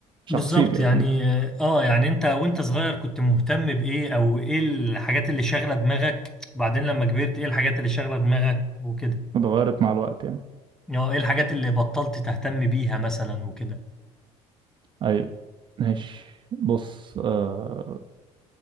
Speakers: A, on the right; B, in the centre.
A: شخصيتي
B: بالظبط يعني
A: اكيد
B: اه يعني انت وانت صغير كنت مهتم بايه او ايه الحاجات اللي شاغله دماغك بعدين لما كبرت ايه الحاجات اللي شاغله دماغك وكده
A: اتغيرت مع الوقت يعني
B: اه ايه الحاجات اللي بطلت تهتم بيها مثلا وكده
A: اي ماشي بص آه